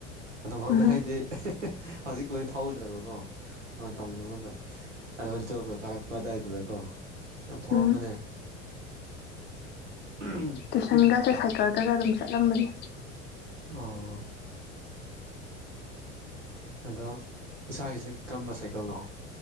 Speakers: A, on the right; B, on the left.
A: ꯑꯗꯨꯕꯧꯗ
B: ꯎꯝ
A: ꯍꯥꯏꯗꯤ <inaudible> ꯍꯧꯖꯤꯛꯄꯨꯗꯤ ꯊꯧꯗ꯭ꯔꯦꯕꯀꯣ ꯃꯇꯝ ꯑꯃꯥꯗ ꯑꯦꯂꯥꯚꯦꯟ ꯇꯨꯌꯦꯜꯞꯀ ꯀꯥꯔꯛꯄ ꯑꯗꯨꯋꯥꯏꯗꯨꯗꯀꯣ ꯌꯥꯝ ꯊꯧꯔꯝꯕꯅꯦ
B: ꯎꯝ
A: ꯎꯝ
B: ꯇꯨꯏꯁꯟꯒꯁꯦ ꯁꯥꯏꯀꯜꯗꯒ ꯑꯗꯨꯝ ꯆꯠꯂꯝꯕꯅꯤ
A: ꯑꯣ ꯑꯗꯣ ꯏꯁꯥꯒꯤꯁꯦ ꯀꯔꯝꯕ ꯁꯥꯏꯀꯜꯅꯣ